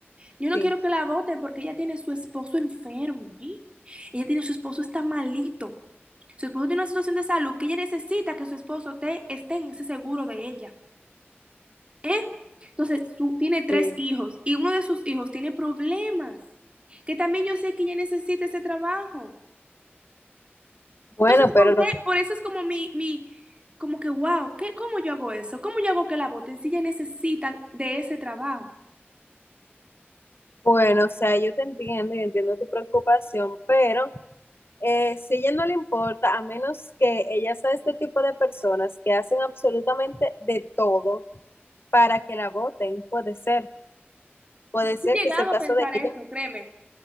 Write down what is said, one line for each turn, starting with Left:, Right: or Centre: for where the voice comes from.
Right: Yo no
Left: sí.
Right: quiero que la voten porque ella tiene su esposo enfermo, ¿eh? Ella tiene su esposo está malito. Su esposo tiene una situación de salud que ella necesita que su esposo te, esté en ese seguro de ella. ¿eh? Entonces, su- tiene tres
Left: Sí.
Right: hijos y uno de sus hijos tiene problemas, que también yo sé que ella necesita ese trabajo.
Left: Bueno,
Right: Entonces, ¿con
Left: pero
Right: qué?
Left: lo que,
Right: Por eso es como mi, mi, como que, wow, ¿qué, cómo yo hago eso? ¿Cómo yo hago que la voten si ella necesita de ese trabajo?
Left: bueno, o sea, yo te entiendo y entiendo tu preocupación, pero eh, si ella no le importa, a menos que ella sea este tipo de personas que hacen absolutamente de todo para que la voten, puede ser, puede
Right: Yo
Left: ser
Right: he llegado
Left: que sea el
Right: a
Left: caso
Right: pensar
Left: de
Right: eso,
Left: ella,
Right: créeme.